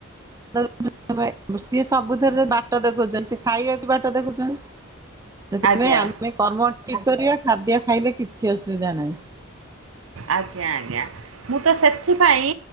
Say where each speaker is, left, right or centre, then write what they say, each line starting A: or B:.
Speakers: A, on the right; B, on the right.
A: <unintelligible> ସବୁଥିରେ ବାଟ ଦେଖଉଛନ୍ତି। ସିଏ ଖାଇବାକୁ ବାଟ ଦେଖାଉଛନ୍ତି ସେଥିପାଇଁ
B: ଆଜ୍ଞା।
A: ଆମେ କର୍ମ ଠିକ୍ କରିବା। ଖାଦ୍ୟ ଖାଇଲେ କିଛି ଅସୁବିଧା ନାହିଁ।
B: ଆଜ୍ଞା ଆଜ୍ଞା। ମୁଁ ତ ସେଥିପାଇଁ